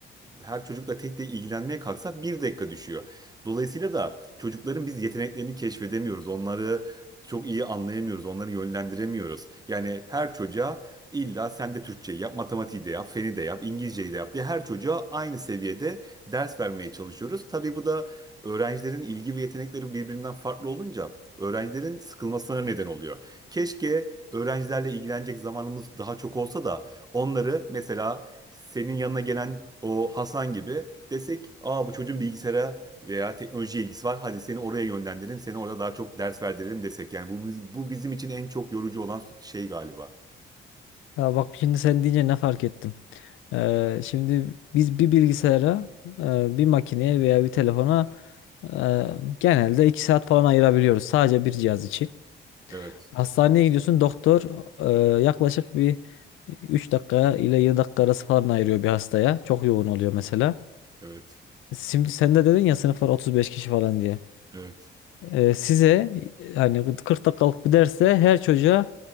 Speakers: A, on the right (about 20°); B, on the left (about 85°).
A: her çocukla tek tek ilgilenmeye kalksak bir dakika düşüyor. Dolayısıyla da çocukların biz yeteneklerini keşfedemiyoruz. Onları çok iyi anlayamıyoruz, onları yönlendiremiyoruz. Yani her çocuğa illa sen de Türkçeyi yap, matematiği de yap, feni de yap, İngilizceyi de yap diye her çocuğa aynı seviyede ders vermeye çalışıyoruz. Tabii bu da öğrencilerin ilgi ve yetenekleri birbirinden farklı olunca öğrencilerin sıkılmasına neden oluyor. Keşke öğrencilerle ilgilenecek zamanımız daha çok olsa da onları mesela senin yanına gelen o Hasan gibi desek, "Aa bu çocuğun bilgisayara veya teknoloji ilgisi var. Hadi seni oraya yönlendirelim, seni orada daha çok ders verdirelim desek. Yani bu biz- bu bizim için en çok yorucu olan şey galiba.
B: Ya bak şimdi sen deyince ne fark ettim. Ee, şimdi biz bir bilgisayara, e, bir makineye veya bir telefona e, genelde 2 saat falan ayırabiliyoruz sadece bir cihaz için.
A: Evet,
B: Hastaneye gidiyorsun doktor e, yaklaşık bir 3 dakika ile 7 dakika arası falan ayırıyor bir hastaya. Çok yoğun oluyor mesela.
A: evet,
B: Şimdi sen de dedin ya sınıflar 35 kişi falan diye.
A: evet,
B: Ee, size hani 40 dakikalık bir derse her çocuğa